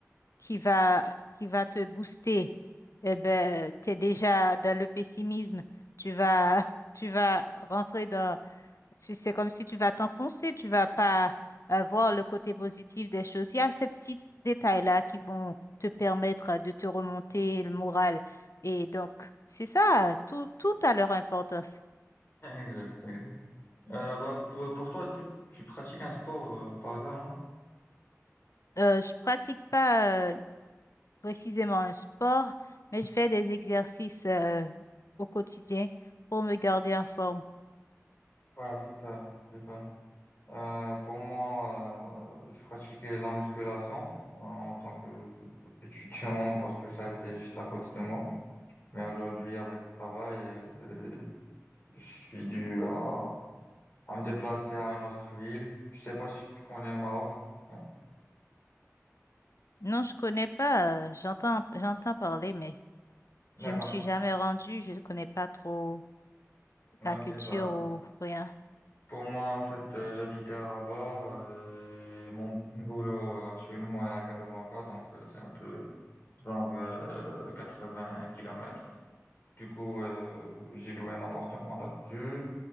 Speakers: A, on the left; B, on the left.
A: qui va, qui va te booster. Eh ben, tu es déjà dans le pessimisme. Tu vas, <laughs> tu vas rentrer dans parce que c'est comme si tu vas t'enfoncer, tu vas pas euh, voir le côté positif des choses. Il y a ces petits détails-là qui vont te permettre euh, de te remonter le moral. Et donc, c'est ça, tout, tout a leur importance.
B: Exact, exact. Euh, bah, pour, pour toi, est-ce que tu pratiques un sport euh, par hasard, non?
A: Euh, je pratique pas euh, précisément un sport, mais je fais des exercices euh, au quotidien pour me garder en forme.
B: Ouais, super, super. Euh, pour moi, euh, je pratiquais la musculation euh, en tant que étudiant parce que ça était juste à côté de moi. Mais aujourd'hui, avec le travail, euh, euh, je suis dû à à me déplacer à une autre ville. Je sais pas si tu connais le Maroc. Non.
A: Non, je connais pas, euh, j'entends, j'entends parler, mais
B: D'accord.
A: je me suis jamais rendue, je ne connais pas trop
B: Ok,
A: la culture
B: bah,
A: ou rien.
B: pour moi, en fait, euh, j'habitais à Rabat, euh, mon boulot euh, actuellement est à Casablanca, donc euh, c'est un peu genre euh, 80 kilomètres. Du coup, euh, j'ai loué un appartement là-dessus.